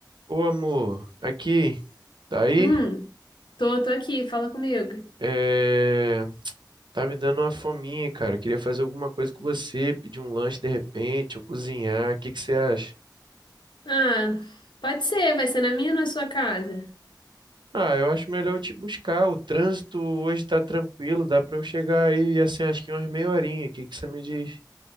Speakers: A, on the right (about 80°); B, on the left (about 85°).
A: Ô amor, aqui, tá aí?
B: Hum, tô, tô aqui, fala comigo.
A: É, Tá me dando uma fominha, cara. Eu queria fazer alguma coisa com você, pedir um lanche de repente, ou cozinhar. O que que você acha?
B: Ah, pode ser, vai ser na minha ou na sua casa?
A: Ah, eu acho melhor eu te buscar. O trânsito hoje tá tranquilo, dá pra eu chegar aí, assim, acho que umas meia horinha. O que que você me diz?